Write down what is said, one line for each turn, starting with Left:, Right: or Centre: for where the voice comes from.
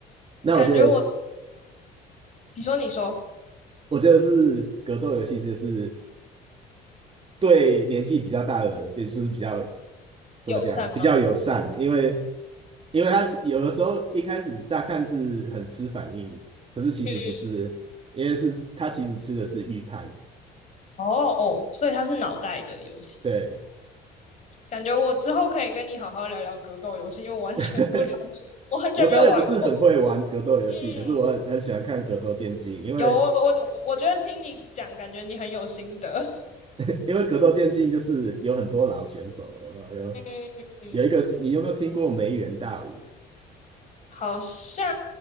Right: 那我觉得
Left: 感觉我做，你说你说
Right: 我觉得是格斗游戏，就是对年纪比较大的人，对就是比较怎么讲，
Left: 友善吗？
Right: 比较友善，因为因为他有的时候一开始乍看是很吃反应，可是其实不是，
Left: 嗯嗯
Right: 因为是他其实吃的是预判。
Left: 哦哦，所以它是脑袋的游戏。
Right: 对，
Left: 感觉我之后可以跟你好好聊聊格斗游戏，因为我完全不了解，
Right: <laughs>
Left: 我完全没有玩过。
Right: 我当然不是很会玩格斗游戏，
Left: 嗯，
Right: 可是我很很喜欢看格斗电竞，因为
Left: 有我我我觉得听你讲，感觉你很有心得。<laughs>
Right: <laughs> 因为格斗电竞就是有很多老选手，有没有？有
Left: 嗯嗯。
Right: 有一个，你有没有听过梅园大舞？
Left: 好像